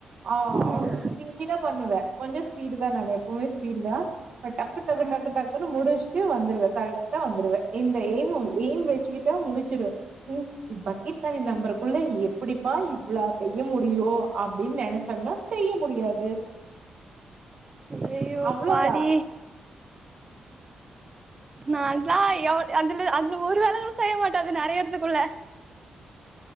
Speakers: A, on the right; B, on the right.
A: ஆ
B: ம்
A: ஒ ஸ்பீடா பண்ணுவே கொஞ்ச ஸ்பீடு தா நானு எப்பவுமே ஸ்பீடு தா ப டக்கு டகு
B: ம்
A: டக்கு டக்குன்னு முடிச்ட்டு வந்துருவே கரெக்டா வந்துருவே இந்த எய்ம் எய்ம் வச்சுக்கிட்டா முடிச்சிரு ம் இ பக்கெதண்ணி நம்பருக்குள்ள எப்டிப்பா இவ்ளா செய்ய முடியு அப்டின் நெனச்ச நா செய்ய முடியாது
B: ஐயையோ
A: அவ்ளோதா
B: பாடி நா தா எவ்ளோ அதுல அதுல ஒரு வேலைகளூ செய்ய மாட்டாது நெறைய எடத்துக்குள்ள